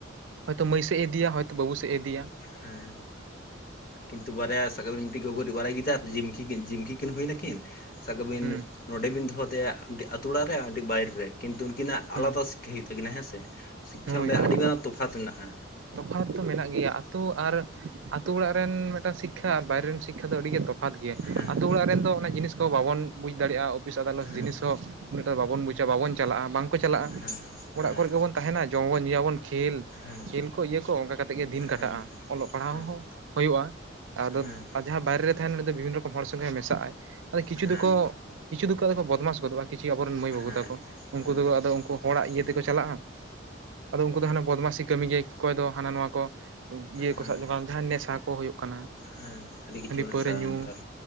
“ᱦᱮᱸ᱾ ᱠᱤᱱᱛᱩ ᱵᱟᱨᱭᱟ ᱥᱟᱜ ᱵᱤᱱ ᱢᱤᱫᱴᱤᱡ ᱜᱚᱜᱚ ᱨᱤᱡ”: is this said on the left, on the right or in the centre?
Left